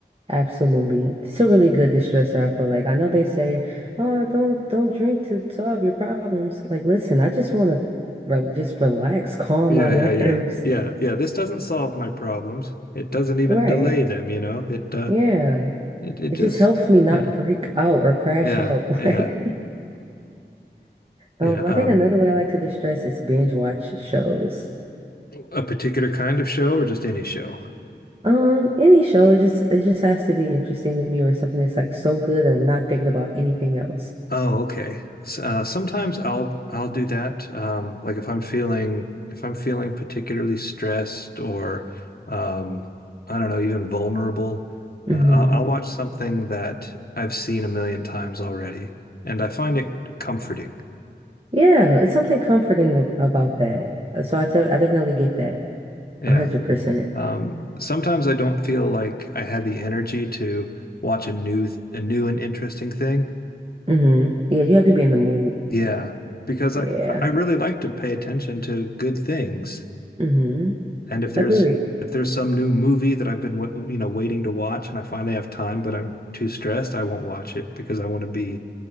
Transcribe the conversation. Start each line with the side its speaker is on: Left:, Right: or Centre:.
Right: Absolutely. It's a really good distressor, I feel like. I know they say, "Oh, don't don't drink to solve your problems." Like, listen, I just want to re just relax, calm
Left: Yeah,
Right: my <laughs> nerves.
Left: yeah, yeah, yeah, yeah. This doesn't solve my problems. It doesn't even
Right: Right.
Left: delay them, you know. It uh,
Right: Yeah.
Left: It it
Right: It
Left: just
Right: just helps me
Left: yeah
Right: not freak out or crash
Left: yeah
Right: out.
Left: yeah
Right: <laughs> Like,
Left: yeah.
Right: um,
Left: Um,
Right: I think another way I like to distress is binge watch shows.
Left: a particular kind of show or just any show?
Right: Um, any show, it just it just has to be interesting to me or something that's like so good that I'm not thinking about anything else.
Left: Oh, okay. S- uh, sometimes I'll I'll do that. Um, like if I'm feeling if I'm feeling particularly stressed or um, I don't know, even vulnerable,
Right: Hmm.
Left: uh, I'll, I'll watch something that I've seen a million times already, and I find it comforting.
Right: Yeah, it's something comforting ab- about that. Uh, So I tell, I definitely get that.
Left: Yeah.
Right: 100%.
Left: Um, sometimes I don't feel like I have the energy to watch a new th a new and interesting thing.
Right: Mm-hmm. Yeah, you have to be in the mood.
Left: Yeah, because
Right: Yeah.
Left: I I really like to pay attention to good things.
Right: Mm-hmm.
Left: And if there's
Right: Agreed.
Left: if there's some new movie that I've been wa- you know waiting to watch and I finally have time but I'm too stressed, I won't watch it because I want to be